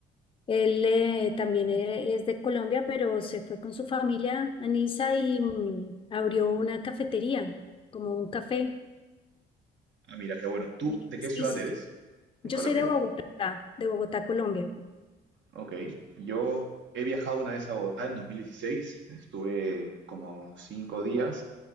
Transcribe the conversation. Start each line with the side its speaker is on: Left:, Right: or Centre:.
Left: Él eh, también e- es de Colombia, pero se fue con su familia a Niza y mm, abrió una cafetería, como un café.
Right: Ah, mira, qué bueno. ¿Tú
Left: Sí,
Right: de qué
Left: sí,
Right: ciudad
Left: sí.
Right: eres?
Left: Yo
Right: ¿En Colombia?
Left: soy de Bogotá, de Bogotá, Colombia.
Right: Ok. Yo he viajado una vez a Bogotá en 2016. Estuve como cinco días